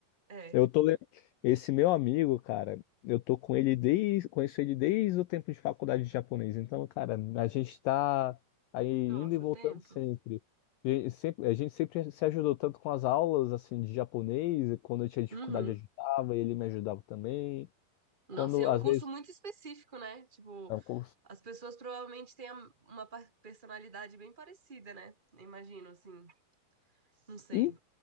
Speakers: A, on the right (about 20°); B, on the left (about 85°).
A: É.
B: Eu tô le- Esse meu amigo, cara, eu tô com ele desde, conheço ele desde o tempo de faculdade de japonês. Então, cara, a gente tá aí indo
A: Nossa,
B: e voltando
A: tempo.
B: sempre. E sempre, a gente sempre se ajudou tanto com as aulas assim de japonês, e quando eu tinha dificuldade
A: Uhum.
B: eu ajudava, ele me ajudava também.
A: Nossa,
B: Quando
A: e é
B: às
A: um curso
B: vezes
A: muito específico, né? Tipo,
B: é um curso.
A: as pessoas provavelmente têm a- uma pa- personalidade bem parecida, né? Imagino, assim. Não sei.
B: E-